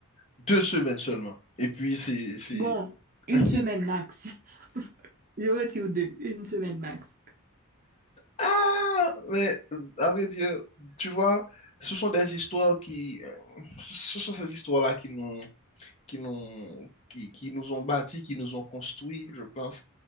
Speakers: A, on the left; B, on the right.
A: Deux semaines seulement. Et puis, c'est, c'est...
B: Bon, une
A: <laughs>
B: semaine max. <laughs> Je retire deux, une semaine max.
A: Ah, mais euh, à vrai dire, tu vois, ce sont des histoires qui... euh, Ce sont ces histoires-là qui nous... qui nous, qui, qui nous ont bâtis, qui nous ont construits, je pense.